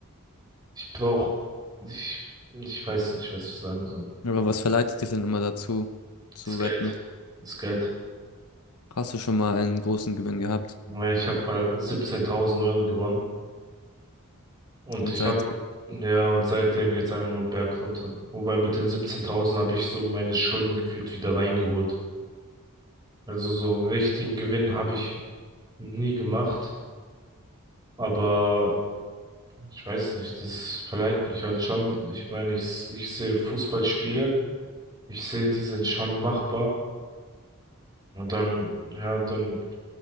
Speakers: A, on the right; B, on the left.
A: Ich brauche, ich, ich weiß nicht, was ich sagen soll.
B: Aber was verleitet dich denn immer dazu, zu
A: Das Geld.
B: wetten?
A: Das Geld.
B: Hast du schon mal einen großen Gewinn gehabt?
A: Ja, ich habe mal 17.000 Euro gewonnen. Und
B: Und
A: ich
B: seitdem,
A: habe, ja, und seitdem geht's einfach nur bergunter. Wobei mit den 17.000 habe ich so meine Schulden gefühlt wieder reingeholt. Also so einen richtigen Gewinn habe ich nie gemacht. Aber ich weiß nicht, das verleiht mich halt schon. Ich meine, ich, ich sehe Fußballspiele, ich sehe, die sind schon machbar. Und dann, ja, dann